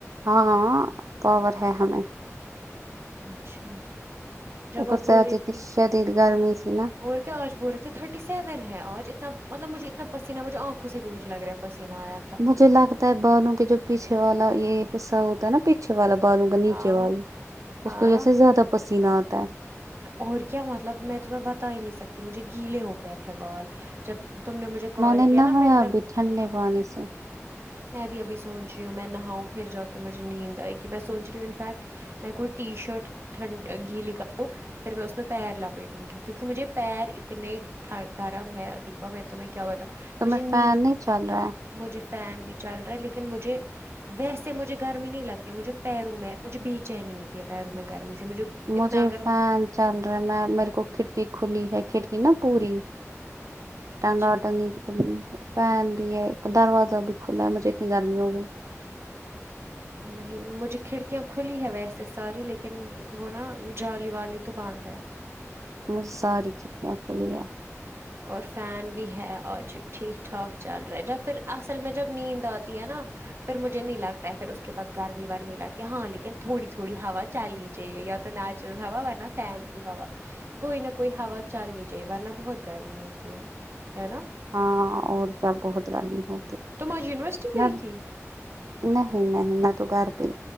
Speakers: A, on the right (about 80°); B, on the right (about 50°).
A: ہاں ہاں پاور ہے ہمیں
B: اچھا <unintelligible>
A: اوپر
B: جب آپ
A: سے
B: بو
A: آج
B: رہی
A: اتنی
B: تھی
A: شدید گرمی تھی نا
B: اور کیا آج بول رہے تھے تھرٹی سیون ہے آج اتنا مطلب مجھے اتنا پسین مجھے آنکھوں سے بھی مجھ لگا پسہ آیا <unintelligible>
A: مجھے لگتا ہے بہنوں کے جو <unintelligible> پیچھے والا یہ حصہ ہوتا ہے نا پیچھے والا بالوں کا
B: ہاں
A: نیچے والا اس
B: ہاں
A: کو جیسے زیادہ پسیینات ہے <unintelligible>
B: اور کیا مطلب میں تمہیں بتا ہی نہیں سکتی مجھے گیلے ہو گئے تھے بال جب تم نے مجھے کال
A: مان نے
B: کیا
A: نہا
B: نا میں
A: آ
B: تب
A: بیٹھانی لب آنیس
B: میں بھی ابھی سوچ رہی ہوں میں نہاؤں پھر جا کے مجھے نیند آئے گی میں سوچ رہی ہوں انفیکٹ میں کوئی ٹی شرٹ ٹھنڈ گھی ل کا تو پھر میں اس میں پیر لاپیٹوں گی کیوںکہ مجھے پیر اتنے گرم ہے ادی میں تو میں کیا ہوتا
A: تو
B: مجھے
A: میں
B: ن
A: فین نہیں چل رہا ہے
B: مجھے فین بھی چل رہا ہے لیکن مجھے ویسے مجھے گرمی نہیں لگتی مجھے پیروں میں مجھے بے چینی ہوتی ہے پیروں میں گرمی سے مجھے اتنا
A: مجھے
B: اگر
A: فین چل رہا میں میرے کو کھڑکی کھلی ہے کھڑکی نا پوری ٹانگا
B: اچھا
A: وٹا نہیں فین بھی ہے دروازہ بھی کھلاا ہے مجھے اتنی گرمی ہوگی <inaudible>
B: نہیں مجھے کھڑکیاں کھلی ہے ویسے ساری لیکن وہ نا جالی والی تو باند ہے
A: مجھے ساری کھڑکیاں پلییا
B: اور فین بھی ہے آج ٹھیک ٹھاک چل رہا جب پھر اصل میں جب نیند آتی ہے نا پھر مجھے نہیں لگتا ہے پھر اس کے بعد گرمی ورمی لگتی ہے ہاں لیکن تھوڑی تھوڑی ہوا چلنی چاہیے یا تو نیچرل ہوا ورنہ فین کی ہوا
A: <inaudible>
B: کوئی نہ کوئی ہا چل نہیں جائے ورنہ بہت گرمی ہوتی ہے ہے نا
A: ہاں اور کیا بہت گرمی ہے
B: تم آج ونیورسٹی گت
A: میں
B: ہی
A: نہیں نہیں نہ تو گار پی